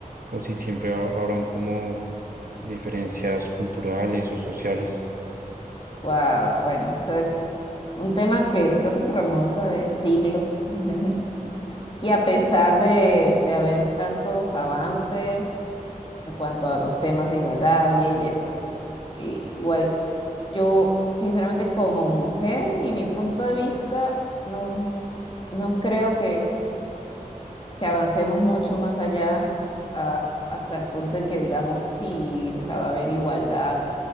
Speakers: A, on the right; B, on the left.
A: o si siempre ha- habrán como diferencias culturales o sociales.
B: Wow. bueno, eso es un tema que creo que se remonta de siglos. <laughs> Y a pesar de, de haber tantos avances en cuanto a los temas de igualdad, leyes, bla, bla, y igual yo, sinceramente, como mujer y mi punto de vista, no, no creo que que avancemos mucho más allá a- hasta el punto en que digamos sí, o sea, va a haber igualdad